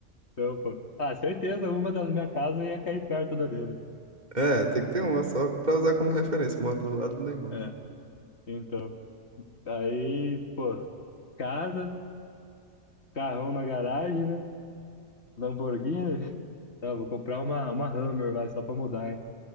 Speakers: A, on the left; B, on the right.
A: não, pô. Ah, certeza, uma das minhas casas ia cair perto da dele.
B: É, tem que ter uma só pra usar como referência. Moro do lado do Neymar.
A: É, então. Aí, pô, casa, carrão na garagem, né? Lamborghini. Tá, vou comprar uma, uma Hammer, vai, só pra mudar, hein?